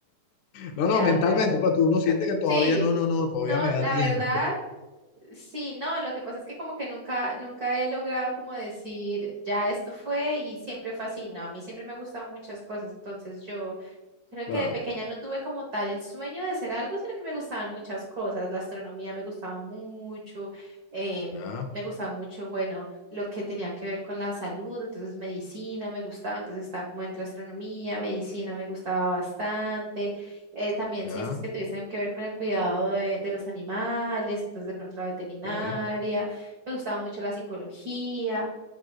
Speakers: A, on the left; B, on the right.
A: No, no,
B: ya,
A: mentalmente,
B: ya.
A: pues tú uno siente que todavía
B: Sí,
A: no, no, no, todavía
B: no,
A: me da
B: la
A: tiempo.
B: verdad,
A: <laughs>
B: sí, no, lo que pasa es que como que nunca, nunca he logrado como decir, ya esto fue y siempre fue así, no, a mí siempre me han gustado muchas cosas, entonces yo Creo
A: Claro,
B: que de pequeña no tuve como tal el sueño de ser algo, sino que me gustaban muchas cosas. La astronomía me gustaba mucho, em,
A: ya,
B: me gustaba mucho, bueno, lo que tenía que ver con la salud, entonces medicina me gustaba, entonces estaba como entre astronomía, medicina me gustaba bastante, eh, también
A: ya,
B: ciencias que tuviesen que ver con el cuidado de, de los animales, entonces de pronto la veterinaria,
A: ok,
B: me gustaba mucho la psicología,